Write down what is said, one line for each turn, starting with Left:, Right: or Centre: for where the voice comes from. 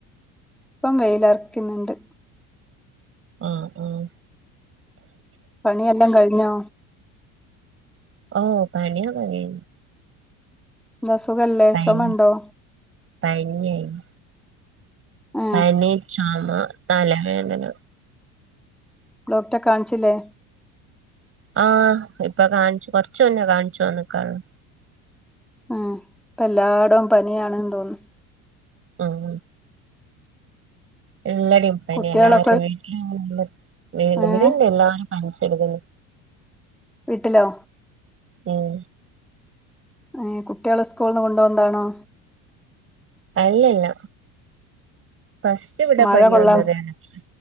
Centre: ഇപ്പം വെയിലറക്ക്ന്ന്ണ്ട്
Right: ആഹ് ആഹ്
Centre: പണിയെല്ലാം കഴിഞ്ഞോ
Right: ഓ പണിയൊക്കെ കഴിഞ്ഞി
Centre: ന്താ സുഖല്ലേ
Right: പനി
Centre: ചുമണ്ടോ
Right: പനിയായിനു
Centre: ഏഹ്
Right: പനീ ചോമ തലവേദന
Centre: ഡോക്ടറെ കാണിച്ചില്ലേ
Right: ആഹ് ഇപ്പൊ കാണിച്ചു കൊറച്ചു മുന്നെ കാണിച്ചു വന്ന്ക്കോള്ളൂ
Centre: ആഹ് ഇപ്പെ എല്ലാടവും പനിയാണ്ന്ന് തോന്നുന്ന്
Right: ഉം എല്ലടയും പനിയാ
Centre: കുട്ടികളൊക്കെ
Right: എല്ലർക്കും വീട്ടിലും
Centre: ഏഹ്
Right: <inaudible> ഇവിടെണ്ട് എല്ലാരും പനിച്ചെട്ക്ക്ന്ന്
Centre: വീട്ടിലോ
Right: ഉം
Centre: ഏഹി കുട്യാൾ സ്കൂൾന്ന് കൊണ്ടുവന്നതാണോ
Right: അല്ല അല്ല ഫസ് റ്റ് ഇവിടെ
Centre: മഴ
Right: പനി
Centre: കൊള്ളാം
Right: വന്നത് എനക്ക്